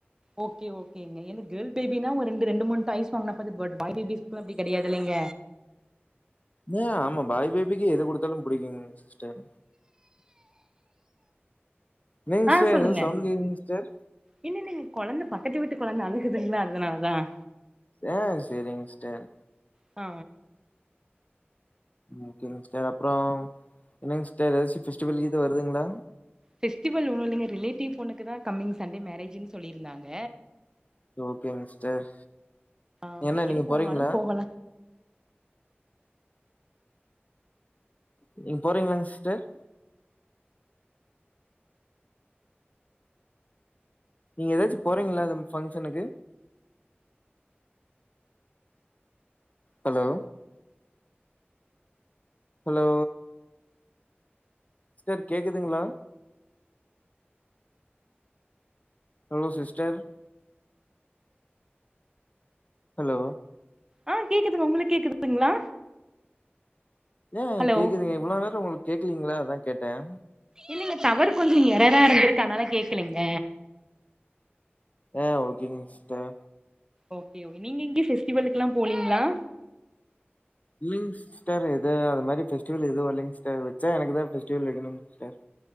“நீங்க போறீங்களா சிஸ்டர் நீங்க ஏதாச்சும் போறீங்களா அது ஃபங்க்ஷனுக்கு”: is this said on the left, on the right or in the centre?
Left